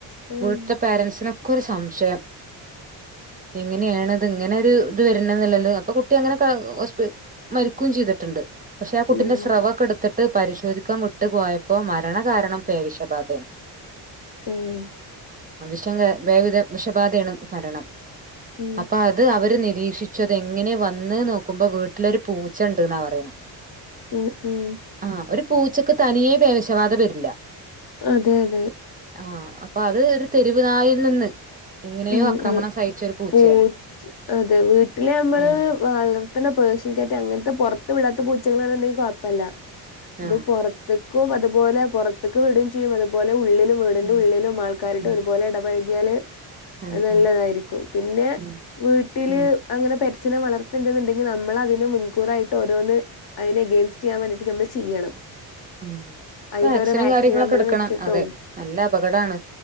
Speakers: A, on the left (about 55°); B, on the right (about 20°).
A: ഉം
B: വീട്ടിലെ പാരന്റ്സിനൊ ക്ക് ഒരു സംശയം എങ്ങനെയാണത് ഇങ്ങനെ ഒരു ഇത് വരണംന്നില്ലല്ലോ അപ്പൊ കുട്ടി അങ്ങനെ ക്ലാ ഹോസ്‌പി മരിക്കും ചീതിട്ട്ണ്ട് പക്ഷെ ആ കുട്ടിന്റെ
A: ഉം
B: സ്രവൊക്കെ എടുത്തിട്ട് പരിശോധിക്ക ക്കാൻ വിട്ട് പോയപ്പോ മരണ കാരണം പേവിഷബാധാണ്
A: ഉം
B: ക്ഷേങ്കേ വേവിധ വിഷബാധയാണ് പരണ്
A: ഉം
B: അപ്പൊ അത് അവ നിരീക്ഷിച്ചു അത എങ്ങനെയെ വന്ന് നോക്കുമ്പോ വീട്ടിലൊരു പൂച്ച ഉണ്ട്ന്നാ പറയേ
A: ഉം ഉം
B: ആ ഒരു പൂച്ചക്ക് തനിയെ വിഷബാധ വരില്ല
A: അതെ അതെ
B: ആ അപ്പൊ അത് ഒരു തെരുവ് നായിൽ നിന്ന് എങ്ങനെയോ
A: ഉം
B: ആക്രമണം
A: അതെ
B: സഹിച്ച ഒരു പൂച്ചയാണ്
A: പൂ അതെ വീട്ടിലെ നമ്മള്
B: ആഹ്
A: വളർ പത്തന പേർഷ്യൻ ക്യാറ്റ് അങ്ങനത്തെ പുറത്ത് വിടത്ത പൂച്ചളാുണ്ടെങ്കിൽ കുഴപ്പമില്ല. ഇത്
B: ആഹ്
A: പോറത്ത്. കും അതുപോലെ പുറത്തേക്ക് വിടുകയും ചെയ്യും അതുപോലെ ഉള്ളിൽ വീടിന്റെ
B: ഉം
A: ഉള്ളിലും ആൾക്കാരട്ട്
B: ഉം
A: ഒരുപലെ ഇടപഴകി എല്
B: ഉം
A: അത് നല്ലതായിരിക്കും
B: ഉം
A: പിന്നെ
B: ഉം
A: വീട്ടില്
B: ഉം
A: അങ്ങനെ പ പൂച്ചെന വളർത്തണ്ടുന്നുണ്ടങ്കിൽ നമ്മളത്തിന് മുൻകൂറായിട്ട് ഓരോന്ന് അതിനെഗയിസ് ചെയാൻ വേണ്ടയി്മ്മൾ ചെയ്യണം.
B: ഉ
A: അതിന്റെ
B: വാക്സിനും
A: ഓരോ വാക്സിൻ
B: കാര്യങ്ങളൊക്കെ
A: നമ്മൾ
B: എടുക്കണം
A: വെച്ചിട്ടും
B: അതെ നല്ല അപകടമാണ്